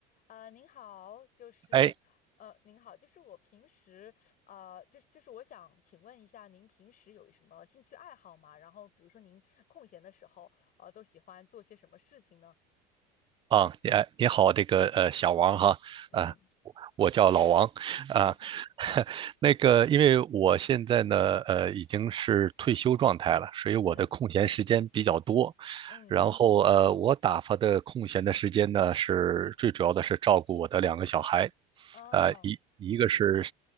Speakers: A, on the left; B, on the right.
A: 呃，您好，就是呃，
B: 哎，
A: 您好，就是我平时呃，就是就是我想请问一下，您平时有什么兴趣爱好吗？然后比如说您空闲的时候，呃，都喜欢做些什么事情呢？
B: 啊，你哎，你好，这个呃，小王哈，
A: 嗯，
B: 啊，我叫老王啊，
A: <laughs>
B: <laughs> 那个，因为我现在呢，呃，已经是退休状态了，所以我的空闲时间比较多，
A: 嗯嗯，
B: 然后呃，我打发的空闲的时间呢，是最主要的是照顾我的两个小孩，
A: 哦，
B: 呃，一一个是